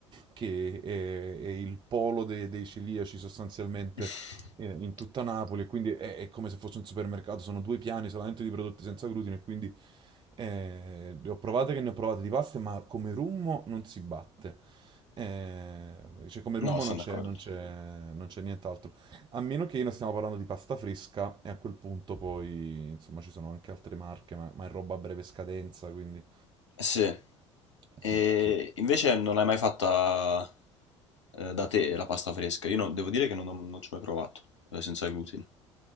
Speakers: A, on the right; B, on the left.
A: che è, è il polo de- dei celiaci sostanzialmente
B: <laughs>
A: eh, in tutta Napoli, quindi è, è come se fosse un supermercato, sono due piani solamente di prodotti senza glutine, e quindi eh, le ho provate che ne ho provate di paste, ma come rummo non si batte. Eh, cioè, come
B: No,
A: rummo
B: sono
A: non c'è
B: d'accordo.
A: non c'è- non c'è nient'altro. A meno che non stiamo parlando di pasta fresca, e a quel punto poi, insomma, ci sono anche altre marche, ma, ma è roba a breve scadenza, quindi...
B: Sì. E
A: Sì, sì.
B: invece non l'hai mai fatta eh, da te la pasta fresca? Io non- devo dire che non, non ci ho mai provato, eh, senza glutine.